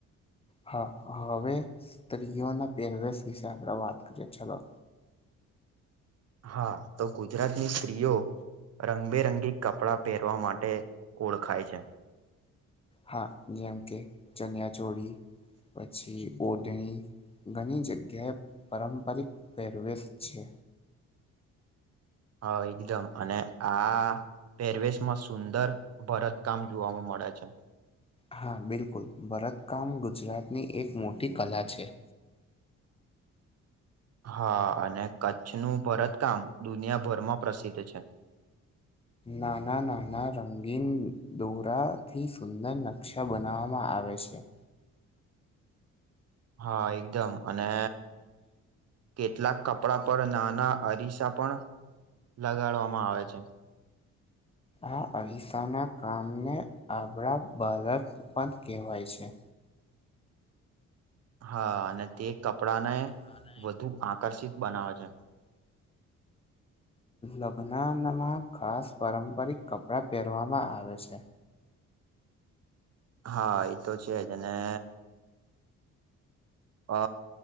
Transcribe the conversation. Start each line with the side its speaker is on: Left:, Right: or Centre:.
Left: હા હવે સ્ત્રીઓના પેહરવેસ વિશે આપણે વાત કરીએ ચલો.
Right: હા. તો ગુજરાતની સ્ત્રીઓ રંગબેરંગી કપડાં પહેરવા માટે ઓળખાય છે.
Left: હા જેમ કે ચનિયા ચોળી પછી ઓધણી ઘણી જગ્યાએ પારંપરિક પહેરવેેશ છે.
Right: હા, એકદમ અને આ પેરવેશમાં સુંદર ભરતકામ જોવામાં મળે છે.
Left: હા બિલકુલ, ભરતકામ ગુજરાતની એક મોટી કલા છે.
Right: હા અને કચ્છનું ભરતકામ દુનિયાભરમાં પ્રસિદ્ધ છે.
Left: નાના નાના રંગીન દોરા થી સુંદર નકશા બનાવવામાં આવે છે.
Right: હા એકદમ. અને કેટલાક કપડા પર નાના અરીસા પણ લગાડવામાં આવે છે.
Left: આ અઈસાના કામને આબળા બારત પણ કહેવાય છે.
Right: હા અને તે કપડાંને
Left: <inaudible>
Right: વધુ આકર્ષિત બનાવે છે.
Left: લગ્નમા માં ખાસ પારંપરિક કપડાં પહેરવામાં આવે છે.
Right: હા એ તો છેજ અને. અ